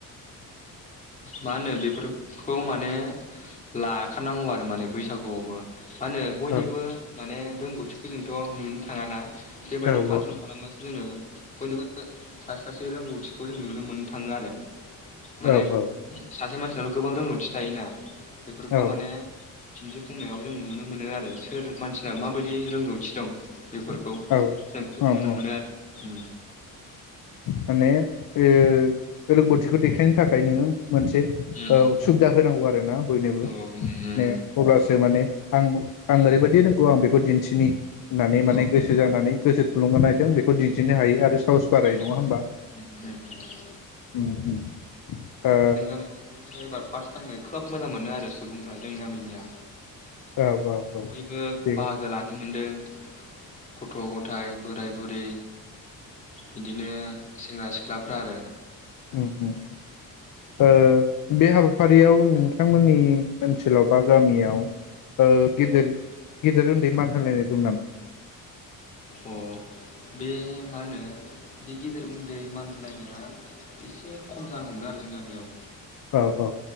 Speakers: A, on the left; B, on the left.
A: मा होनो बेफोरखौ माने लाखानांगौ आरो माने बैसागुआवबो मा होनो बयनिबो
B: औ
A: माने रोंगौथिखो जोंथ नुनो थाङाना बेबायदि
B: औ
A: फांसन खालामबासो जोङो बयनिबो सा सासे रोंगौथिखौ जों नुनो मोननो थाङो आरो
B: औ
A: माने
B: औ
A: सासे मानसिनथ गोबां रोंगौथि थायोना बेफोरखौ
B: औ
A: माने दिन्थि बुंंनायाव जों नुनो मोनो आरो सोर मानसिना माबायदि रोंगौथि दं। बेफोरखौ
B: औ
A: जों खोब
B: औ
A: नुनो
B: औ
A: मोनो आरो उम
B: माने ओ रोंगौथिखौ देखायनो थाखाय नोङो मोनसे
A: उम
B: ओ सुबिदा होनांगौ आरो आरो ना बयनोबो
A: औ उम
B: म अब्लासो माने आं आं ओरै बायदि रोंगौ आं बेखौ दिन्थिनि होननानै
A: औ
B: माने गोसो जानानै गोसो थुलुंगानायजों बेखौ दिन्थिनो हायो आरो साहस बाराय
A: उम
B: नङा हबा
A: जों
B: उ उ ओ
A: गामिखौबो एबार फार्स्ट टाइमाय खोब मोजां मोनो आरो सुबुंफ्रा जोंनि गामिनिया
B: औ औ
A: बयबो
B: थिग
A: बाहागो लानो मोनदों। गथ-गथाय, बोराय-बुरि, बिदिनो सेंग्रा-सि ख्लाफ्रा आरो
B: ओम ओम ओ बे हाबाफारियाव नोंथांमोननि ओनसोलाव बा गामियाव ओ गेदेर गेदेर उन्दै मान होलायनाय दं नामा
A: अ बे मा होनो बे गेदेर उन्दै मान होलायनाया एसे खम जानो हमदों आरो जोंनि गामियाव।
B: औ औ